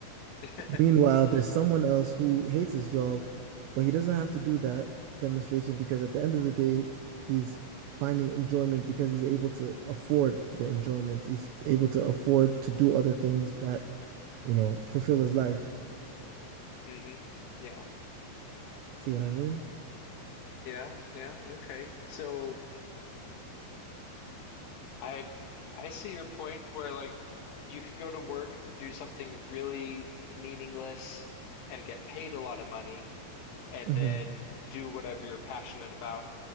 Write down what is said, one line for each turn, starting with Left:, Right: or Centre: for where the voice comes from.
Left: <laughs>
Right: Meanwhile, there's someone else who hates his job, but he doesn't have to do that demonstration because at the end of the day, he's finding enjoyment because he's able to afford the enjoyment. He's able to afford to do other things that, you know, fulfill his life.
Left: hmm Yeah,
Right: See what I mean?
Left: yeah, yeah. Okay. So I I see your point where like you could go to work, do something really meaningless, and get paid a lot of money, and
Right: hmm
Left: then do whatever you're passionate about